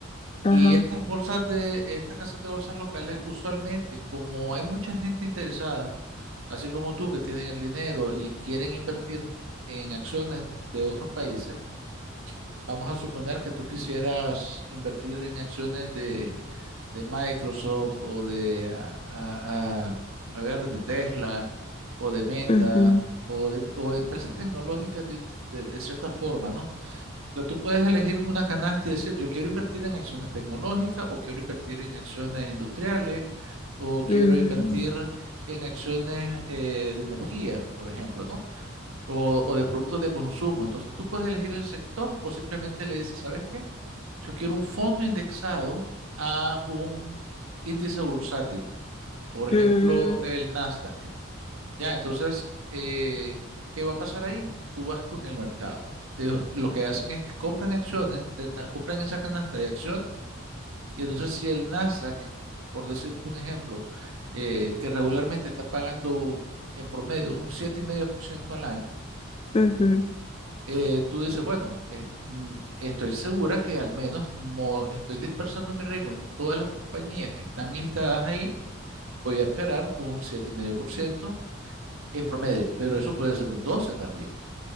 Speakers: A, on the left; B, on the right.
A: Ajá.
B: Y estas bolsas de, estas casas de bolsas locales, usualmente, como hay mucha gente interesada, así como tú que tienen el dinero y quieren invertir en acciones de otros países, vamos a suponer que tú quisieras invertir en acciones de, de Microsoft o de, a, a- a- a ver, de Tesla o de Meta
A: ujú,
B: o de, o empresas tecnológicas de, de de cierta forma, ¿no? Porque tú puedes elegir una canasta y decir, yo quiero invertir en acciones tecnológicas o quiero invertir en acciones industriales o quiero
A: mm,
B: invertir en acciones eh, de energía, por ejemplo, ¿no? O, o de productos de consumo. Entonces tú puedes elegir el sector o simplemente le dices, ¿sabes qué? Yo quiero un fondo indexado a un índice bursátil, por ejemplo,
A: mm,
B: el Nasdaq. Ya, entonces, eh, ¿qué va a pasar ahí? Tú vas con el mercado. Ellos lo que hacen es que compran acciones, de- ah, compran esa canasta de acción, y entonces si el Nasdaq, por decirte un ejemplo, eh, que regularmente está pagando en promedio un siete coma cinco por ciento al año,
A: ujú.
B: eh, tú dices, bueno, eh, mm, estoy segura que al menos como estoy dispersando mi riesgo en todas las compañías que están listadas ahí, voy a esperar un siete coma cinco por ciento en promedio, pero eso puede ser un 12 también.